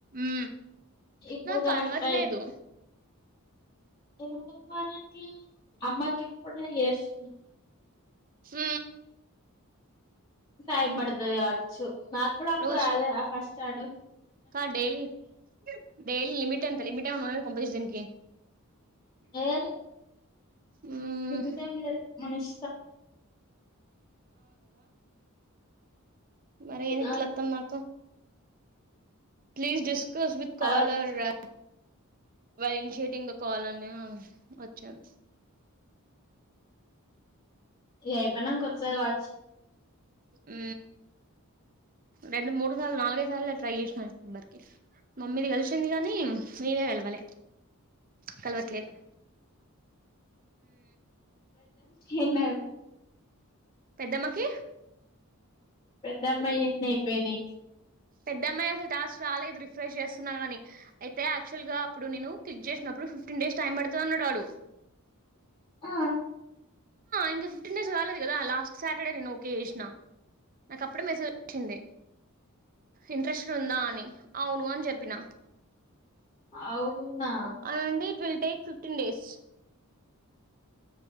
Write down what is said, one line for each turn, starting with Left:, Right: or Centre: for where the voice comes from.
Right: ఉ
Left: ఇప్పుడు
Right: నా
Left: కనెక్ట్
Right: కాల్వట్లేదు
Left: ఎ మానికి అమ్మాకి ఇప్పుడు ఎస్
Right: హ
Left: టైం పడుతుది కావచ్చు నాకు కూడా అప్పుడు
Right: రోజు
Left: అదే ఫస్ట్ ఆడు
Right: కా డెలీ డెలీ లిమిట్ అంత లిమిట్ై దీనికి
Left: ఏ
Right: మ్మ్
Left: ని మనష
Right: మర ఎందు గ
Left: ఆ
Right: ఇట్లత్తాం నాకు ప్లీజ్ డిస్కస్ విత్్
Left: తర్వాత
Right: కాలర్ ర వాళ్ళ ఇనిషేటింగ్ త కావాలనే వచ్చింది
Left: ఏయి ప కొ చ వా
Right: ఉ రెండు మూడు సార్లు నాలుగై సార్లు ట్రై చేస నెంబర్కి మమ్మీది కలిసింది గానీ మీవే వెలు కల్వట్దు
Left: ఎన్నా
Right: పెద్దమ్మకి
Left: పెద్దమ ఏ న పేనీ
Right: పెద్దమ్మాయి అసలు టాస్ట్ రాలేదు రిఫ్రెష్ చేస్తున్నా కానీ అయితే యాక్చువల్గా అప్పుడుేను క్లిక్ చేసిన ఇప్పుడు ఫిఫ్టీన్ డేస్ టైం పడుతా ఉన్నాడుడు
Left: ఆ
Right: ఇ ఫిటీన్డస్దు కదా లాస్ట్టడేష్ నాే వచ్చింది ఇంట్రెస్ట్ ఉందా అని అవును అని చెప్పిన
Left: అవునా
Right: అవుండి it will take fifteen days